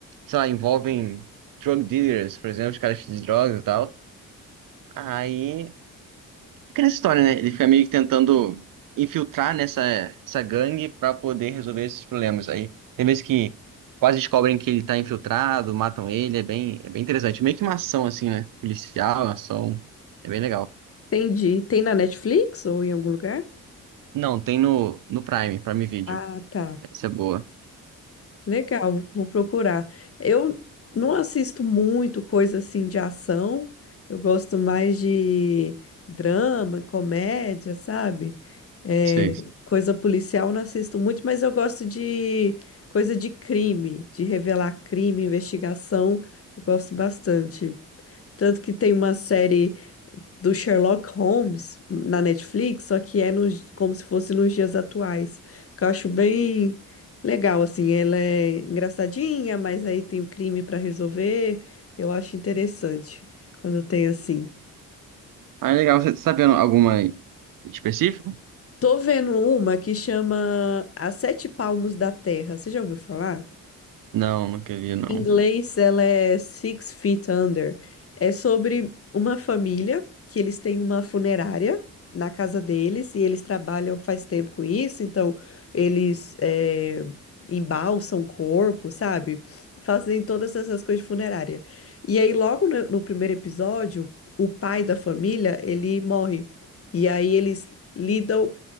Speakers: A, on the right; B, on the left.
A: sei lá, envolvem drug dealers, por exemplo, os caras de drogas e tal. Aí. Fica nessa história, né? Ele fica meio que tentando infiltrar nessa essa gangue pra poder resolver esses problemas. Aí tem vezes que quase descobrem que ele tá infiltrado, matam ele, é bem, é bem interessante. Meio que uma ação, assim, né? Policial, uma ação. É bem legal.
B: Entendi. Tem na Netflix ou em algum lugar?
A: Não, tem no, no Prime, Prime Video.
B: Ah, tá.
A: Essa é boa.
B: Legal, vou procurar. Eu não assisto muito coisa assim de ação, eu gosto mais de drama, comédia, sabe? É,
A: Sei.
B: coisa policial eu não assisto muito, mas eu gosto de coisa de crime, de revelar crime, investigação, eu gosto bastante. Tanto que tem uma série do Sherlock Holmes na Netflix, só que é nos, como se fosse nos dias atuais. Que eu acho bem legal, assim. Ela é engraçadinha, mas aí tem o crime para resolver. Eu acho interessante quando tem assim.
A: Ah, é legal. Você tá vendo alguma específica?
B: Tô vendo uma que chama As Sete Palmos da Terra. Você já ouviu falar?
A: Não, nunca vi, não.
B: Em inglês, ela é Six Feet Under. É sobre uma família que eles têm uma funerária na casa deles e eles trabalham faz tempo com isso, então eles eh, embalsam o corpo, sabe? Fazem todas essas coisas de funerária. E aí, logo no, no primeiro episódio, o pai da família, ele morre. E aí eles lidam